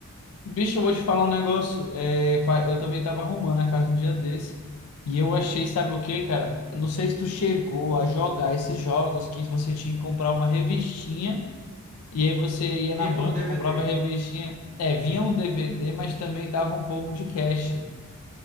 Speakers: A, on the left; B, on the right.
A: Bicho, eu vou te falar um negócio. É, fa- Eu também tava arrumando a casa um dia desse.
B: Uhum.
A: E eu achei, sabe o que, cara? Não sei se
B: Uhum.
A: tu chegou a jogar esses jogos que você tinha que comprar uma revistinha. E aí você ia
B: E vinha
A: na banca,
B: com DVD.
A: comprava a revistinha. É, vinha um DVD, mas também dava um pouco de cash.